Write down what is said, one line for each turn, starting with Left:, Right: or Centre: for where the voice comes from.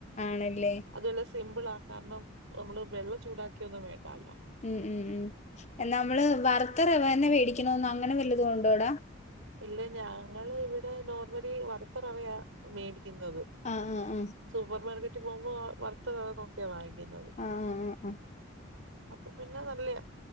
Left: ആണല്ലേ
Right: അതും അല്ല സിമ്പിളാ കാരണം നമ്മള് വെള്ളം ചൂടാക്കയൊന്നും വേണ്ടാല്ലോ
Left: ഉം ഉം ഉം എന്നാ നമ്മള് വറുത്ത റവന്നെ വേടിക്കണോന്ന് അങ്ങനെ വല്ലതും ഒണ്ടോടാ?
Right: ഇല്ല ഞങ്ങള് ഇവിടെ നോർമലി വറുത്ത റവയാ മേടിക്കുന്നത്
Left: ആഹ് ആഹ്
Right: സൂപ്പർ മാർക്കറ്റ് പോകുമ്പോ വറുത്ത റവ നോക്കിയാ വാങ്ങിക്കുന്നത്
Left: ആഹ് ആഹ് ആഹ് ആഹ്
Right: അപ്പൊ പിന്നെ നല്ലയാ